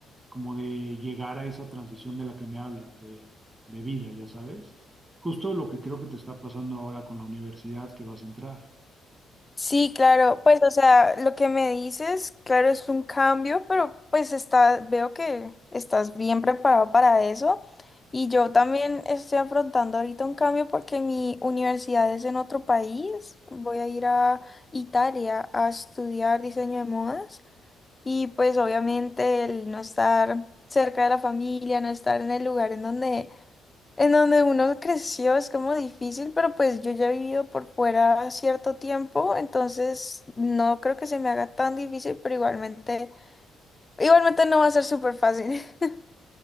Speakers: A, on the right; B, on the left.
A: como de llegar a esa transición de la que me hablas, de, de vida, ya sabes. Justo lo que creo que te está pasando ahora con la universidad que vas a entrar.
B: Sí, claro, pues o sea, lo que me dices, claro, es un cambio, pero pues está, veo que estás bien preparado para eso. Y yo también estoy afrontando ahorita un cambio porque mi universidad es en otro país. Voy a ir a Italia a estudiar diseño de modas. Y pues obviamente el no estar cerca de la familia, no estar en el lugar en donde en donde uno creció es como difícil, pero pues yo ya he vivido por fuera cierto tiempo, entonces no creo que se me haga tan difícil, pero igualmente, igualmente no va a ser súper fácil. <laughs>